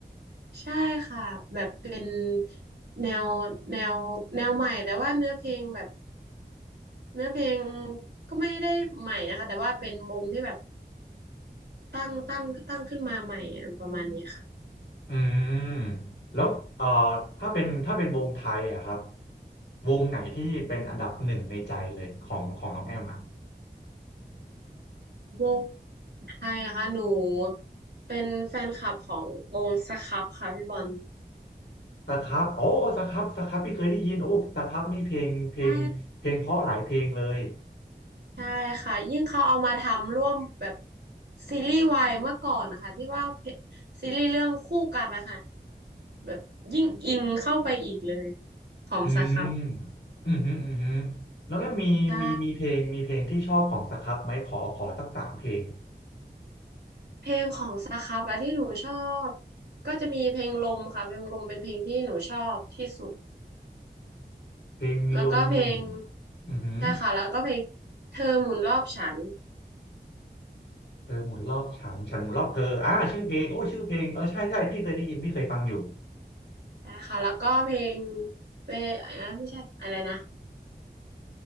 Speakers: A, on the right (about 75°); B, on the left (about 80°).
A: ใช่ค่ะแบบเป็นแนวแนวแนวใหม่แต่ว่าเนื้อเพลงแบบเนื้อเพลงก็ไม่ได้ใหม่นะคะแต่ว่าเป็นวงที่แบบตั้งตั้งตั้งขึ้นมาใหม่อะประมาณนี้ค่ะ
B: อืมแล้วเอ่อถ้าเป็นถ้าเป็นวงไทยอะครับวงไหนที่เป็นอันดับหนึ่งในใจเลยของของน้องแอมอะ
A: วงไทยนะคะหนูเป็นแฟนคลับของวงสครับค่ะพี่บอล
B: สครับโอ้โอ้สครับสครับพี่เคยได้ยินโอ้สครับนี่เพลงเพลงเพลงเพราะหลายเพลงเลย
A: ใช่ใช่ค่ะยิ่งเขาเอามาทำร่วมแบบซีรีส์วายเมื่อก่อนนะคะที่ว่าเพซีรีส์เรื่องคู่กันนะคะแบบยิ่งอินเข้าไปอีกเลยของสครับ
B: อืมอืมฮึอืมฮึแล้วก็มีมีมีเพลงมีเพลงที่ชอบของสครับไหมขอขอสักสามเพลง
A: ใช่เพลงของสครับอะที่หนูชอบก็จะมีเพลงลมค่ะเพลงลมเป็นเพลงที่หนูชอบที่สุด
B: เพลงลม
A: แล้วก็เพลง
B: อือฮึ
A: ใช่ค่ะแล้วก็เพลงเธอหมุนรอบฉัน
B: เธอหมุนรอบฉันฉันหมุนรอบเธออ่าชื่อเพลงโอ้ชื่อเพลงเออใช่ใช่พี่เคยได้ยินพี่เคยฟังอยู่
A: นะคะแล้วก็เพลงเปอะไรนะไม่ใช่อะไรนะ